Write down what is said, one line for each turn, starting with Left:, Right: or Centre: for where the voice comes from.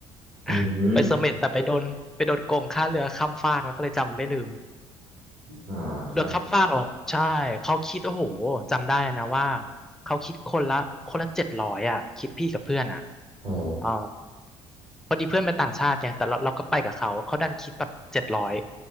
Right: อืม
Centre: <laughs> ไปเสม็ดแต่ไปโดนไปโดนโกงค่าเรือข้ามฟากแล้วก็เลยจำไม่ลืม
Right: อ่าครับ
Centre: เรือกข้ามฟากอหรอกใช่เขาคิดโอ้โหจำได้เลยนะว่าเขาคิดคนละคนละเจ็ดร้อยอ่ะคิดพี่กับเพื่อนอ่ะ
Right: อ๋อ
Centre: เออพอดีเพื่อนเป็นต่างชาติไงแต่เราเราก็ไปกับเขาเขาดันคิดแบบเจ็ดร้อย